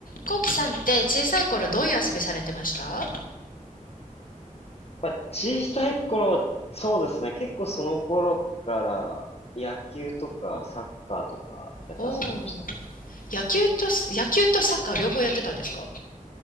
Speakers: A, on the left (about 80°); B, on the left (about 45°).
A: こうきさんって小さい頃どういう遊びされてました
B: まあ、小さい頃、そうですね。結構その頃から野球とかサッカーとかやって遊んでましたね。
A: おおー、野球と野球とサッカー両方やってたんですか